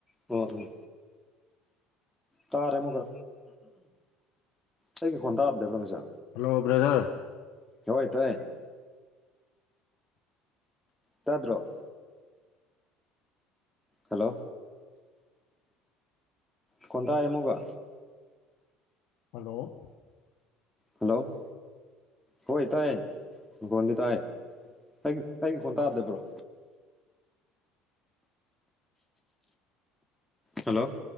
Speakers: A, in the centre; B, on the left (about 70°).
A: ꯑꯣ ꯎꯝ ꯇꯥꯔꯦ ꯑꯃꯨꯛꯀ ꯑꯩꯒꯤ ꯈꯣꯟ ꯇꯥꯗꯕ꯭ꯔ ꯉꯁꯥ
B: ꯍꯜꯂꯣ ꯕ꯭ꯔꯗꯔ
A: ꯍꯣꯏ ꯇꯥꯏ ꯇꯥꯗ꯭ꯔꯣ ꯍꯜꯂꯣ ꯈꯣꯟ ꯇꯥꯏ ꯑꯃꯨꯛꯀ
B: ꯍꯂꯣ
A: ꯍꯜꯂꯣ ꯍꯣꯏ ꯇꯥꯏ ꯕꯣꯟꯗꯤ ꯇꯥꯏ ꯑꯩ ꯑꯩ ꯈꯣꯟ ꯇꯥꯗꯕ꯭ꯔꯣ ꯍꯜꯂꯣ